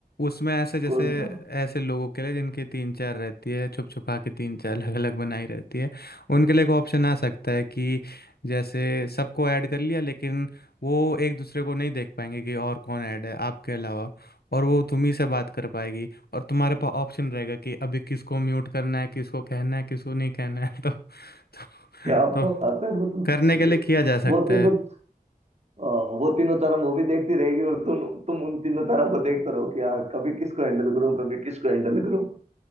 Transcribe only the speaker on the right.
कौन सा
क्या
बात है मतलब
वो तीनों
अ, वो तीनों चारों मूवी देखती रहेगी और तुम तुम उन तीनों चारों को देखते रहो कि यार कभी किसको हैंडल करूं कभी किसको हैंडल करूं